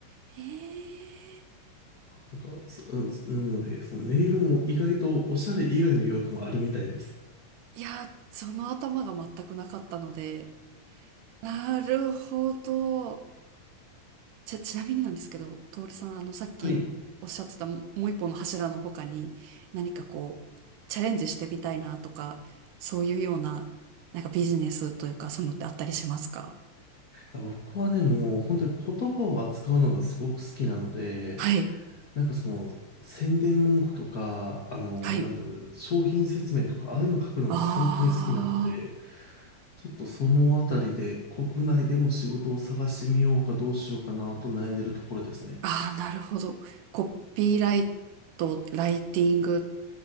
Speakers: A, on the right; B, on the left.
A: へえ。
B: なんか、そうんなので、そのネイルも意外とおしゃれ以外の用途もあるみたいです。
A: いや、その頭が全くなかったので。なるほど。ちゃ、ちなみになんですけど、トールさん、あの、さっきおっしゃってたももう一本の柱の他に、
B: はい。
A: 何かこう、チャレンジしてみたいなとか、そういうような、なんかビジネスというか、そういうのってあったりしますか
B: 僕はね、もう本当に言葉を扱うのがすごく好きなので、
A: はい。
B: なんかその、宣伝文句とか、あの、
A: はい。
B: なんていうの、商品説明とか、ああいうの書くのが本当に好きなので、
A: ああ。
B: ちょっとそのあたりで国内でも仕事を探してみようかどうしようかなと悩んでるところですね。
A: ああ、なるほど。コピーライト、ライティングっ